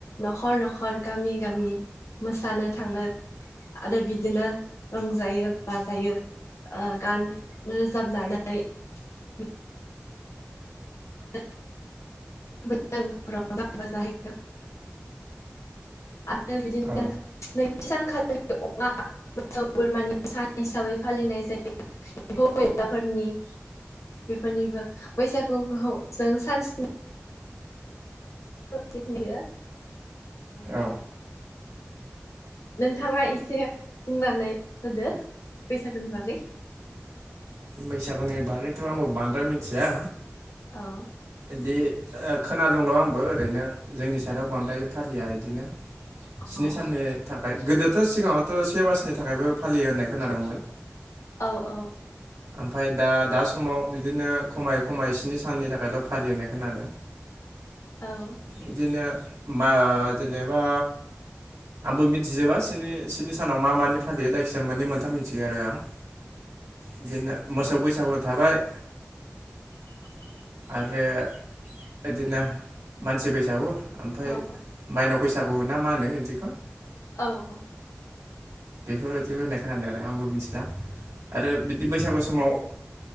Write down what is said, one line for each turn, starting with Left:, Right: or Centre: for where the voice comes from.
Left: न'खर न'खर गामि गामि मोसानो थाङो आरो बिदिनो रंजायो बाजायो ओ गान रोजाबनानै ब <unintelligible> बैसागुफ्राव <unintelligible> आरो बिदिनो
Right: औ
Left: नै सानखालिनि अमा मोसौ बोरमानि सान हिसाबै फालिनाय जायो एम्फौ एनलाफोरनि बेफोरनिबो बैसागुखौ जों सान स्नि <unintelligible> <unintelligible>
Right: औ
Left: नोंथाङा एसे बुंनानै होदो बैसागुनि बागै।
Right: बैसागुनि बागैथ' आंबो बांद्राय मिथिया
Left: औ
Right: बिदि खोनादोंल' आंबो ओरैनो जोंनि साइदआव बांद्राय फालिया बिदिनो स्नि
Left: औ
Right: साननि था ओमफ्राय गोदोथ' सिगाङावथ' से मासनि थाखायबो फालियो होननाय खोनादोंमोन।
Left: औ औ
Right: ओमफ्राय दा दा समाव बिदिनो खमायै खमायै स्नि साननि थाखायल' फालिनाय खोनादों
Left: औ
Right: बिदिनो मा ओ जेनेबा आंबो मिथिजोबा स्नि सिनि सानाव मा मानि फालियो जायखिजाया मोन्नै मोनथाम मिथियो आरो आं। बिदिनो मोसौ बैसा गु थाबाय
Left: <inaudible>
Right: आरो बिदिनो मानसि बैसागु। ओमफ्राय
Left: औ
Right: माइनाव बैसा बैसागु ना मा होनो बिदिखौ
Left: औ
Right: बेफोरबायदिबो होननाय खोनादों आरो आंबो मिथिला आरो बिदि बैसागु समाव